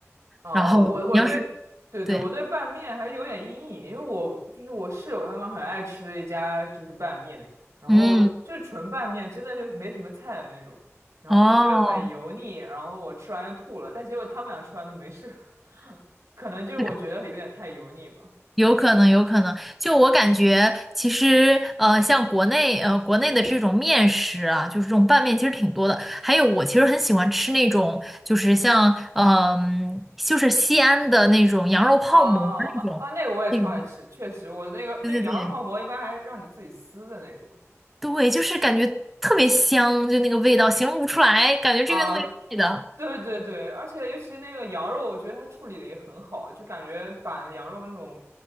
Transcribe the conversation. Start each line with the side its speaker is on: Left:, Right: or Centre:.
Right: 哦，
Centre: 然后你要是对，
Right: 我我对对对，我对拌面还是有点阴影，因为我就是我室友他们很爱吃一家就是拌面，然后就是纯拌面，
Centre: 嗯，
Right: 真的就是没什么菜的那种，然后我就觉得很油腻，
Centre: 哦。
Right: 然后我吃完又吐了，但结果他们俩吃完都没事，<laughs> 可能就是我觉得有点太油腻吧。
Centre: 这个。有可能，有可能。就我感觉，其实呃，像国内呃国内的这种面食啊，就是这种拌面，其实挺多的。还有，我其实很喜欢吃那种，就是像嗯、就是西安的那种羊肉泡馍那种，
Right: 哦哦哦，那个我也超爱吃，
Centre: 那种，
Right: 确实，我那个那个羊肉泡馍一般还让你自己撕的那种
Centre: 对对对对，就是感觉特别香，就那个味道形容不出来，感觉这边都没味的。
Right: 啊，对对对，而且尤其那个羊肉，我觉得它处理的也很好，就感觉把羊肉那种